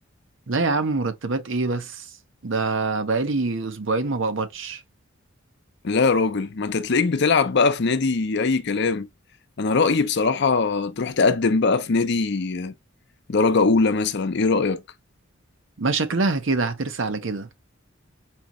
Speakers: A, on the right; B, on the left.
A: لا يا عم مرتبات ايه بس ده بقالي اسبوعين ما بقبضش
B: لا يا راجل ما انت تلاقيك بتلعب بقى في نادي اي كلام انا رأيي بصراحة تروح تقدم بقى في نادي درجة اولى مثلا ايه رأيك
A: ما شكلها كده هترسى على كده